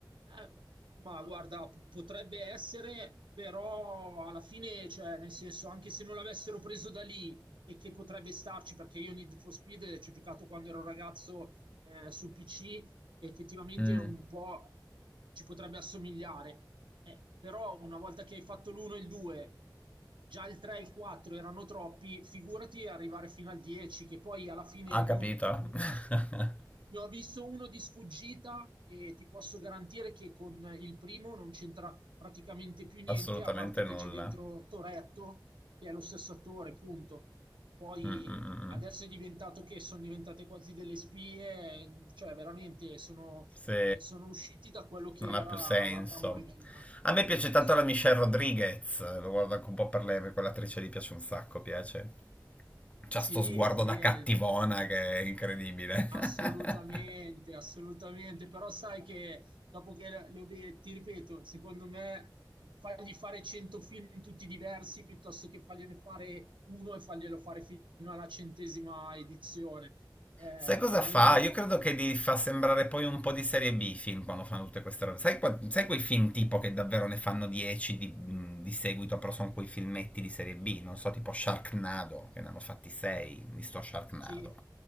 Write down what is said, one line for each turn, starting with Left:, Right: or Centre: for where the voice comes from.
Right: Eh, ma guarda, p- potrebbe essere, però alla fine, cioè, nel senso, anche se non l'avessero preso da lì e che potrebbe starci, perché io Need for Speed eh, ci ho giocato quando ero ragazzo eh, sul PC, e effettivamente
Left: Mm,
Right: un po' ci potrebbe assomigliare. Eh, però una volta che hai fatto l'1 e il 2, già il 3 e il 4 erano troppi, figurati arrivare fino al 10, che poi alla fine
Left: ha capito?
Right: gli ul- ne
Left: <laughs>
Right: ho vis- ne ho visto uno di sfuggita e ti posso garantire che con il primo non c'entra praticamente più niente,
Left: Assolutamente
Right: a parte
Left: nulla.
Right: che c'è dentro Toretto, che è lo stesso attore, punto. Poi
Left: Mm, mm, mm.
Right: adesso
Left: mm.
Right: è diventato che sono diventate quasi delle spie, cioè veramente sono,
Left: Sì,
Right: eh, sono usciti da quello che
Left: non
Right: era
Left: ha più senso.
Right: la trama originale.
Left: A me piace tanto
Right: Assu-
Left: la Michelle Rodriguez, lo guardo anche un po' per lei, perché quell'attrice lì piace un sacco, piace. C'ha
Right: sì,
Left: sto sguardo
Right: va bene.
Left: da cattivona che è incredibile.
Right: Assolutamente,
Left: <laughs>
Right: assolutamente, però sai che dopo che l- lo vedi, ti ripeto, secondo me fagli fare 100 film tutti diversi piuttosto che fargliene fare uno e farglielo fare fino alla centesima edizione. Eh, almeno
Left: Sai cosa fa? Io credo che li fa sembrare poi un po' di serie B i film quando fanno tutte queste robe. Sai, qua- sai quei film tipo che davvero ne fanno 10 di, mh, di seguito, però sono quei filmetti di serie B, non so, tipo Sharknado, che ne hanno fatti 6 di sto Sharknado.
Right: sì,